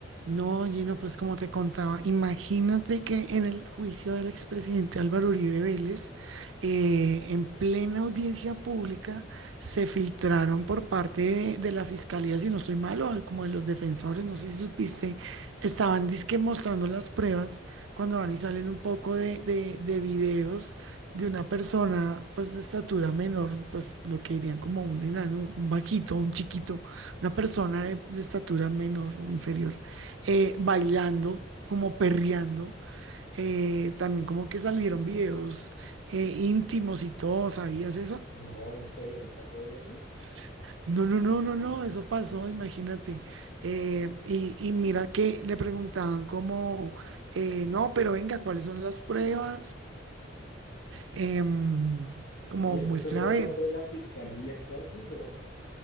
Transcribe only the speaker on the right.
No, Gino, pues como te contaba, imagínate que en el juicio del expresidente Álvaro Uribe Vélez, eh, en plena audiencia pública, se filtraron por parte de, de la fiscalía, si no estoy mal, o como de los defensores, no sé si supiste, estaban dizque mostrando las pruebas cuando van y salen un poco de, de, de videos de una persona, pues de estatura menor, pues lo que dirían como un enano, un vaquito, un chiquito, una persona de de estatura menor o inferior eh, bailando, como perreando. eh, también como que salieron videos eh, íntimos y todo, ¿sabías eso?
S- No, no, no, no, no, eso pasó, imagínate. Eh, y, y mira que le preguntaban como, eh, no, pero venga, ¿cuáles son las pruebas? Em, como
muestre
a ver.